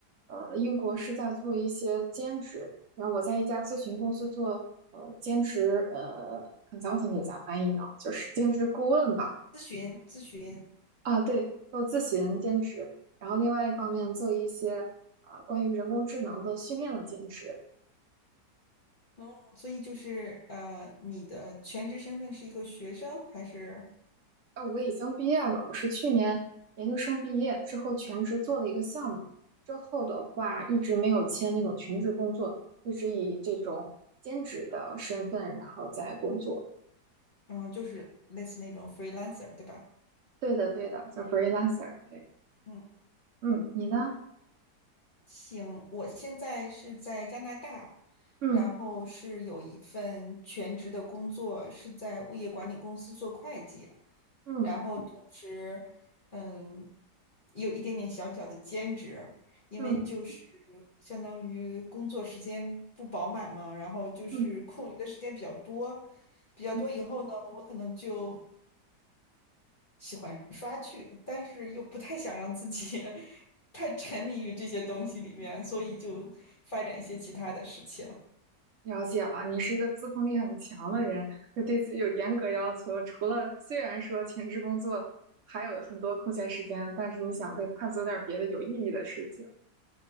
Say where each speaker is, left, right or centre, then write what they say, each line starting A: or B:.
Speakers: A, on the right; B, on the left.
A: 呃英国是在做一些兼职，然后我在一家咨询公司做呃兼职，呃 consultant 咋翻译呢？就是兼职顾问吧。
B: 咨询，咨询。
A: 啊，对，做咨询兼职，然后另外一方面做一些呃关于人工智能的训练的兼职。
B: 嗯，所以就是呃，你的全职身份是一个学生，还是
A: 呃，我已经毕业了，我是去年研究生毕业之后全职做了一个项目，之后的话一直没有签那种全职工作，一直以这种兼职的身份然后在工作。
B: 嗯，就是类似那种 freelancer，对吧？
A: 对的，对的，叫 freelancer。对，
B: 嗯，
A: 嗯，你呢？
B: 行，我现在是在加拿大，
A: 嗯
B: 然后是有一份全职的工作，是在物业管理公司做会计。
A: 嗯
B: 然后同时，嗯，也有一点点小小的兼职，因为就是
A: 嗯
B: 相当于工作时间不饱满嘛，然后就是空余的时间比较多，
A: 嗯
B: 比较多以后呢，
A: 嗯，
B: 我可能就喜欢刷剧，但是又不太想让自己 <laughs> 太沉迷于这些东西里面，所以就发展一些其他的事情。
A: 了解了，你是一个自控力很强的人，就对自己有严格要求。除了虽然说全职工作还有很多空闲时间，但是你想再探索点儿别的有意义的事情。